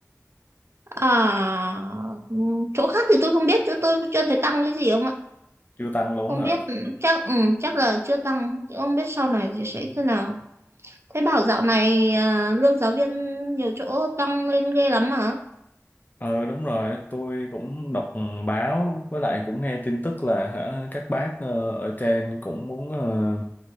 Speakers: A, on the right; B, on the left.
A: à ừm, chỗ khác thì tôi không biết chỗ tôi chưa thấy tăng cái gì ông ạ
B: Chưa tăng luôn
A: không
B: hả?
A: biết ừm, chắc ừm, chắc là chưa tăng ông biết sau này thì sẽ thế nào thế bảo dạo này à, lương giáo viên nhiều chỗ tăng lên ghê lắm mà
B: Ờ đúng rồi, tôi cũng đọc báo với lại cũng nghe tin tức là hả, các bác ờ, ở trên cũng muốn ờ,